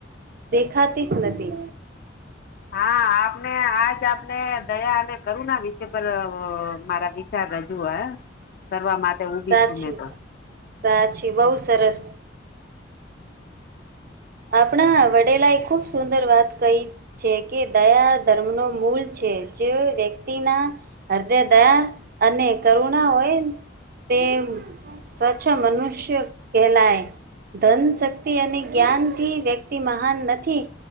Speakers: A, on the right; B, on the left.
A: દેખાતીશ નતી.
B: હા, આપને આજ આપને દયા અને કરુણા વિ ષય પર મારા વિચાર રજુઆ કરવા માટે ઉભી
A: સાચી
B: છું, મેં તો.
A: વાત સાચી, બઉ સરસ આપણા વડેલા એ ખુબ સુંદર વાત કઈ છે કે દયા ધર્મનો મૂલ છે, જે વ્યક્તિના હદે દયા અને કરુણા હોય તે સ્વચ્છ મનુષ્ય કેલાય, ધન, શક્તિ અને જ્ઞાન વ્યક્તિ મહાન નથી